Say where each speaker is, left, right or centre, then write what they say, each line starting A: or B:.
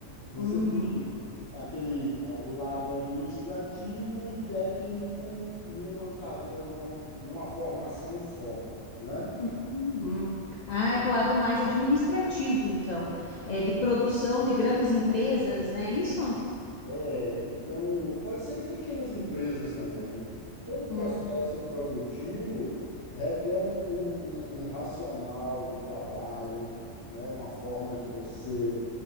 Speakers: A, on the left; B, on the left.
A: você
B: Uhum.
A: tem aquele a- o lado administrativo e técnico numa cadeia, numa, numa formação só, né?
B: Uhum. Ah, é pro lado mais administrativo, então. É de produção de grandes empresas, né? é Isso?
A: É, então pode ser de pequenas empresas também. Todo processo
B: Uhum.
A: produtivo requer um, um, um um racional de trabalho, né? Uma forma de você